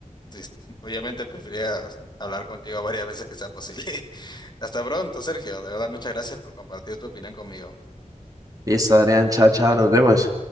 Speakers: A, on the left (about 30°); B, on the right (about 25°).
A: Sí, <laughs> obviamente preferiría hablar contigo varias veces que sea posible. <laughs> Hasta pronto, Sergio. De verdad, muchas gracias por compartir tu opinión conmigo.
B: Listo, Adrián, chao, chao, nos vemos.